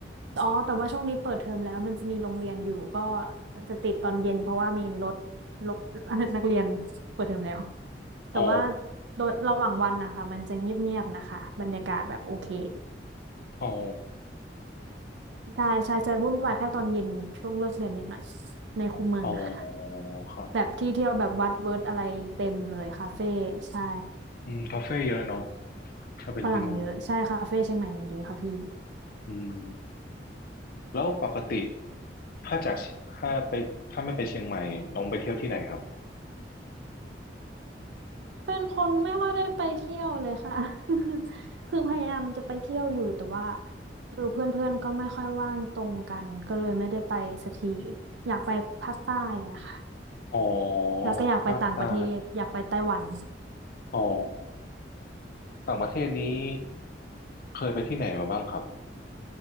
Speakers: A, on the right (about 75°); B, on the left (about 55°).
A: อ๋อแต่ว่าช่วงนี้เปิดเทอมแล้วมันจะมีโรงเรียนอยู่ก็จะติดตอนเย็นเพราะว่ามีรถรถ <laughs> นักเรียนเปิดเทอมแล้ว แต่ว่า
B: อ๋อ
A: โดยระหว่างวันนะคะมันจะเงียบๆนะคะบรรยากาศแบบโอเค
B: อ๋อ
A: ใช่ใช่จะวุ่นวายแค่ตอนเย็นช่วงเลิกเรียนนิดหน่อยในคูเมืองนะคะ
B: อ๋อครับ
A: แบบที่เที่ยวแบบวัดเวิร์ดอะไรเต็มเลยคาเฟ่ใช่
B: อืมคาเฟ่เยอะเนาะถ้าเป็นที่นู่น
A: ฝรั่งเยอะใช่คาเฟ่เชียงใหม่มันเยอะค่ะพี่
B: อืมแล้วปกติถ้าจากถ้าไปถ้าไม่ไปเชียงใหม่น้องไปเที่ยวที่ไหนครับ
A: เป็นคนไม่ค่อยได้ไปเที่ยวเลยค่ะ <laughs> คือพยายามจะไปเที่ยวอยู่แต่ว่าคือเพื่อนๆก็ไม่ค่อยว่างตรงกันก็เลยไม่ได้ไปสักทีอยากไปภาคใต้อะค่ะ
B: อ๋อ
A: แล้วก็อยากไปต่างประเทศอยากไปไต้หวัน
B: ภาคใต้ อ๋อต่างประเทศนี้เคยไปที่ไหนมาบ้างครับ